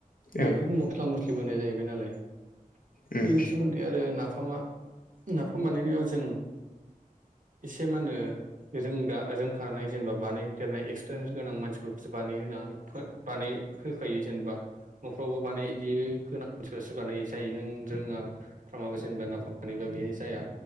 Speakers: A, on the left; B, on the right.
A: औ
B: बेनो मस्ला मस्लि बोनाय जाहैबाय नालाय
A: उम औ
B: बेनि
A: उम
B: सोमोन्दै आरो नाफामा नाफाम बानायनायाव जों से मा होनो रोंग्रा रोंखानाय जेनेबा बानायफेरनाय एक्सपिरियेन्स गोनां मानसि सो बानाय होना बानाय होखायो जेनेबा न'फ्रावबो बानाय बिदि ग सोर बानाय जायो नों रोङा फमाबा जेनेबा नाफनानैबा बेहाय जाया